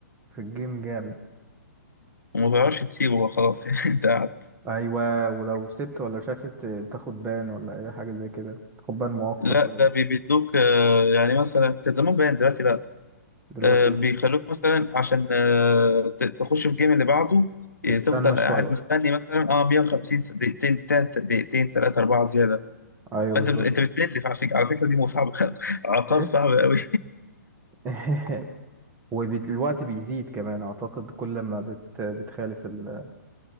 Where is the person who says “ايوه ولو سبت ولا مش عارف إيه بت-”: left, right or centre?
Right